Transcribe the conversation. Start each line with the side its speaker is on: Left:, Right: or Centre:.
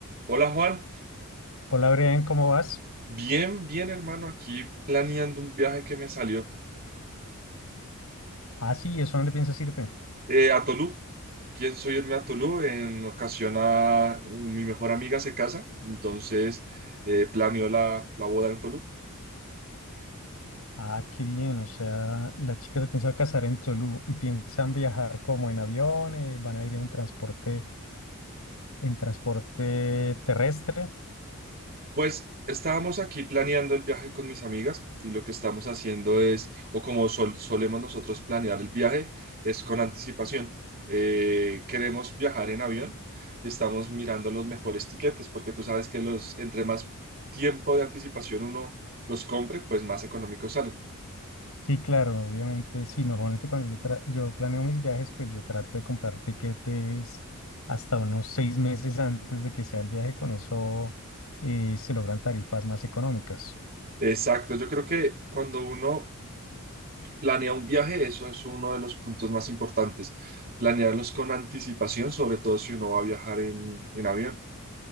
Right: Hola Juan,
Left: Hola, Brian, ¿cómo vas?
Right: bien, bien hermano, aquí planeando un viaje que me salió
Left: Ah, sí, ¿eso dónde piensas irte?
Right: eh, a Tolú. Pienso irme a Tolú, en ocasión a mi mejor amiga se casa, entonces eh, planeo la, la boda en Tolú.
Left: Ah, qué bien, o sea, la chica se piensa casar en Tolú y piensan viajar como en avión, eh, van a ir en transporte, en transporte terrestre.
Right: Pues estábamos aquí planeando el viaje con mis amigas y lo que estamos haciendo es, o como sol- solemos nosotros planear el viaje, es con anticipación. Eh, queremos viajar en avión y estamos mirando los mejores tiquetes porque tú sabes que los, entre más tiempo de anticipación uno los compre, pues más económicos salen.
Left: Sí, claro, obviamente, sí, normalmente cuando yo, tra- yo planeo mis viajes, pues yo trato de comprar tiquetes hasta unos seis meses antes de que sea el viaje, con eso eh, se logran tarifas más económicas.
Right: Exacto, yo creo que cuando uno planea un viaje, eso es uno de los puntos más importantes, planearlos con anticipación, sobre todo si uno va a viajar en en avión.